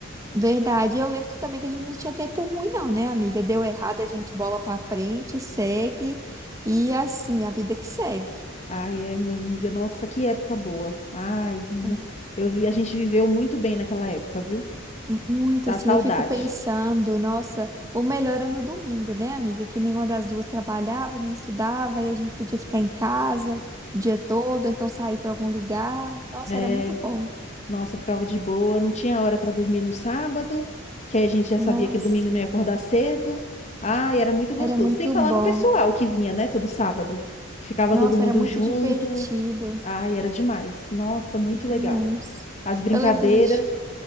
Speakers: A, on the right; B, on the left.
A: Verdade. Eu lembro que também que a gente não tinha tempo ruim, não, né, amiga? Deu errado, a gente bola pra frente, segue. E assim, a vida que segue.
B: Ai, é, minha amiga, nossa, que época boa. Ai, mu-
A: É.
B: eu vi, a gente viveu muito bem naquela época, viu?
A: Muito
B: Dá
A: assim,
B: saudade.
A: eu fico pensando, nossa, o melhor era no domingo, né, amiga? Que nenhuma das duas trabalhava, nem estudava, e a gente podia ficar em casa o dia todo, ou então sair para algum lugar. Nossa,
B: É,
A: era muito bom.
B: Nossa, ficava de boa, não tinha hora para dormir no sábado, que aí a gente já
A: Nossa,
B: sabia que domingo não ia acordar cedo. Ai, era muito gostoso.
A: era muito
B: Sem falar
A: bom.
B: no pessoal que vinha, né, todo sábado, que ficava
A: Nossa,
B: todo mundo
A: era muito
B: junto.
A: divertido
B: Ai, era demais. Nossa, muito legal.
A: demais.
B: As brincadeiras,
A: Eu lembro que a gente